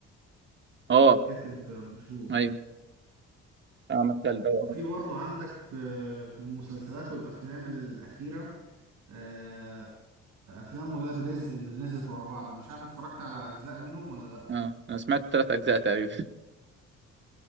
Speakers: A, on the right; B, on the right.
A: اه
B: كاتب مشهور
A: ايوه عمل ده
B: وفي برضه عندك في في المسلسلات والافلام الاخيره آه، افلام ولاد رزق اللي نزلت ورا بعض انا مش عارف اتفرجت على اجزاء منهم ولا لا
A: اه انا سمعت ثلاث اجزاء تقريبا